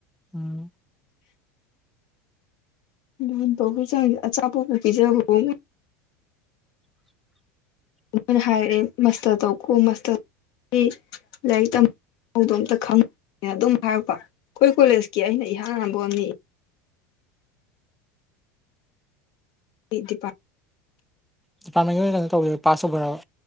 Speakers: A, in the centre; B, on the left.
A: ꯎꯝ
B: ꯂꯨꯅ ꯇꯧꯕꯩ ꯆꯥꯡꯖꯦ ꯑꯆꯥꯄꯣꯠꯄꯨ ꯄꯤꯖꯕꯑꯣꯛ ꯃꯣꯏ
A: <inaudible>
B: ꯃꯣꯏꯅ ꯍꯥꯏꯔꯛꯑꯦ ꯃꯁꯇꯔ ꯇꯧꯀꯣ ꯃꯁꯇꯔ ꯑꯩ ꯂꯥꯏꯔꯤꯛ ꯇꯝ ꯍꯧꯗꯣ ꯑꯝꯇ ꯈꯪ ꯑꯗꯨꯝ ꯍꯥꯏꯔꯛꯄ ꯈꯣꯏ ꯀꯣꯂꯦꯖꯀꯤ ꯑꯩꯅ ꯏꯍꯥꯟ ꯍꯥꯟꯕ ꯑꯣꯏꯔꯝꯅꯤ <unintelligible>
A: ꯗꯤꯄꯥꯔꯠꯃꯦꯟꯒꯤ ꯀꯩꯅꯣ ꯇꯧꯕꯩꯔ ꯄꯥꯁ ꯇꯧꯕꯩꯔꯕ